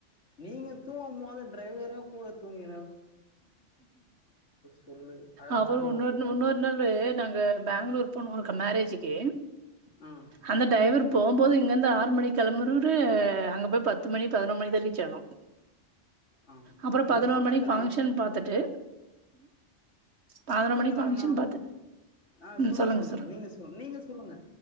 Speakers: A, on the left; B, on the right.
A: நீங்க தூங்கும் போது டிரைவரும் கூட தூங்கி சொல்லு அழகான
B: அப்றோ இன்னொரு
A: ஒரு வார்த்தை
B: இன்னொரு நாளு நாங்க பெங்களூர் போனக் மேரேஜக்கு
A: ம்
B: அந்த டிரைவர் போகும்போது இங்கிருந்து ஆறு மணி கிளம்பினவரு அங்க போய் பத்து மணி பதினோ மணி ரீச் ஆனோம்
A: ஆஹ்
B: அப்புறோ
A: எங்க
B: பதினோரு
A: பக்கத்து
B: மணிக்கு ஃபங்க்ஷன் பாத்துட்டு பதின
A: பக்கத்துல
B: மணிக்கு பங்க்சன்
A: எங்கன்னா
B: பாத்துட்டு
A: ஆ
B: சொல்லுங்க சொல்லு
A: நீங்க சொல் நீங்க சொல்லுங்க